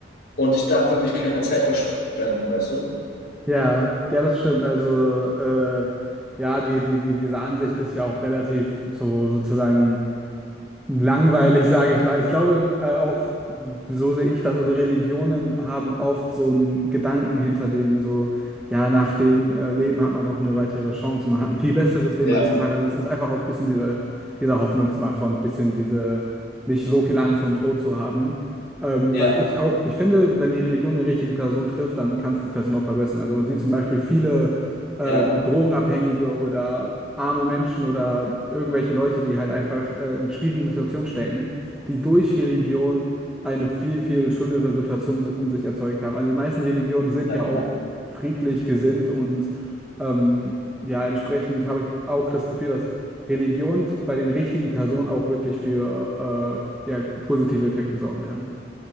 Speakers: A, on the left; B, in the centre.
A: und ich darf wirklich keine Zeit verschwenden, weißt du?
B: Ja, ja, das stimmt. Also, äh, ja, die, die, die, diese Ansicht ist ja auch relativ so sozusagen langweilig, <laughs> sage ich mal. Ich glaube, äh, auch so sehe ich das. Also, Religionen haben oft so einen Gedanken hinter dem, so, ja, nach dem äh, Leben hat man noch eine weitere Chance, man hat ein viel besseres Leben,
A: Ja,
B: man ist im Paradies. Ist einfach auch ein bisschen dieser, dieser Hoffnungsmacher und ein bisschen diese, nicht so viel Angst vom Tod zu haben. Ähm,
A: ja,
B: was ich auch, ich finde, wenn die Religion den richtigen Person trifft, dann kann es die Person auch verbessern. Also man sieht zum Beispiel viele ähm,
A: ja,
B: Drogenabhängige oder arme Menschen oder irgendwelche Leute, die halt einfach äh, in schwierigen Situationen stecken, die durch Religion eine viel, viel schönere Situation si-, um sich erzeugt haben. Also die meisten Religionen sind
A: ja,
B: ja auch
A: ja.
B: friedlich gesinnt und ähm, ja, entsprechend habe ich auch das Gefühl, dass Religion bei den richtigen Personen auch wirklich für äh, ja, positive Effekte sorgen kann.